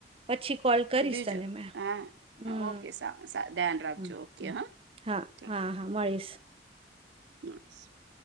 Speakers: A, on the right (about 30°); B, on the right (about 80°).
A: પછી કોલ કરીશ
B: બીજો
A: તને મેં
B: હા
A: હમ
B: ઓકે સા ધ્યાન રાખજો
A: હમ
B: ઓકે હા
A: હા
B: ચાલ
A: હા હા મળીશ
B: <inaudible>